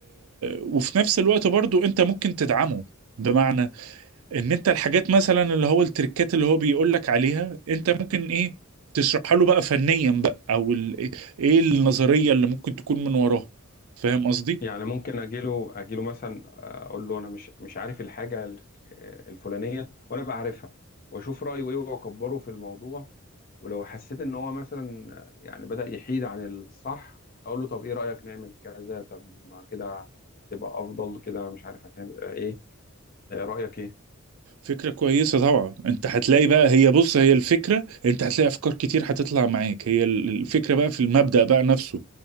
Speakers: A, on the right (about 80°); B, on the left (about 40°).
A: وفي نفس الوقت برضو انت ممكن تدعمه بمعنى ان انت الحاجات مثلا اللي هو التركات اللي هو بيقول لك عليها انت ممكن ايه تشرحها له بقى فنيا بقى او ال... ايه النظرية اللي ممكن تكون من وراه فاهم قصدي؟
B: يعني ممكن اجيله اجيله مثلا آه، اقول له انا مش مش عارف الحاجه ال- آه، الفلانيه وانا بقى عارفها واشوف رايه ايه واكبره في الموضوع ولو حسيت ان هو مثلا آه، يعني بدا يحيد عن الصح اقول له طب ايه رايك نعمل كذا طب ما كده هتبقى افضل كده مش عارف هتبقى ايه آه، رايك ايه
A: فكرة كويسة طبعا انت هتلاقي بقى هي بص هي الفكرة انت هتلاقي افكار كتير هتطلع معاك هي ال- الفكرة بقى في المبدأ بقى نفسه